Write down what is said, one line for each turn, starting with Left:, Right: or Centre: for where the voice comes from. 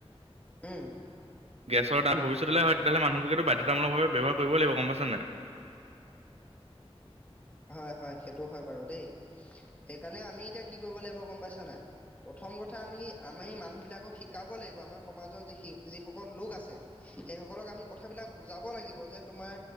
Left: উম
Right: গেছৰ দাম ভবিষ্যতেলৈ হয় তেতিয়া হলে মানুহ বোৰে বাধ্যতামূলক ভাৱে ব ব্যবহাৰ কৰিব লাগিব গম পাইছা নে নাই।
Left: হয় হয় সেইটো হয় বাৰু দেই, সেইকাৰণে আমি এতিয়া কি কৰিব লাগিব গম পাইছা নাই, প্ৰথম কথা আমি আমি মানুহ বিলাকক শিকাব লাগিব আমাৰ সমাজৰ যি যিসকল লোক আছে, সেই সকলক আমি কথাবিলাক বুজাব লাগিব যে তোমাৰ